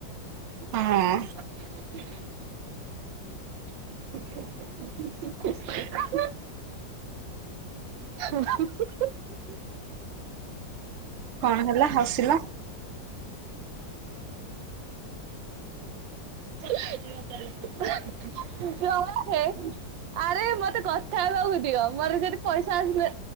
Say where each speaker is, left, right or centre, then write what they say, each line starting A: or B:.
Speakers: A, on the right; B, on the right.
A: <inaudible>
B: ହଁ
A: <inaudible> <inaudible>
B: କଣ ହେଲା ହସିଲ।
A: <unintelligible> ଆରେ ମତେ କଥା ହେବାକୁ ଦିଅ ମୋର ଯଦି ପଇସା ଆସିଲେ